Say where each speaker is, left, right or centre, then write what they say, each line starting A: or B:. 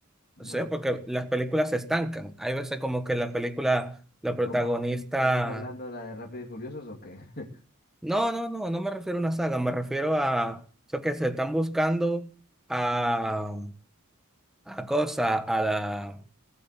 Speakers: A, on the left; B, in the centre.
A: no
B: o sea,
A: sé.
B: porque las películas se estancan. Hay veces como que la película, la protagonista,
A: ¿Cómo estás hablando la de Rápido y Furiosos o qué? <laughs>
B: no, no, no, no me refiero a una saga, me refiero a, yo que se están buscando a, a cosa, a la